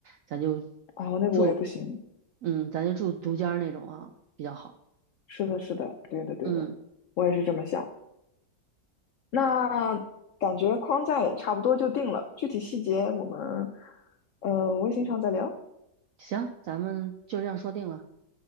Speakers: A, on the right; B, on the left.
A: 咱就
B: 啊，我那个我也不行。
A: 住，嗯，咱就住独间儿那种啊，比较好。
B: 是的，是的，对的，对的，
A: 嗯，
B: 我也是这么想。那感觉框架也差不多就定了，具体细节我们呃微信上再聊。
A: 行，咱们就这样说定了，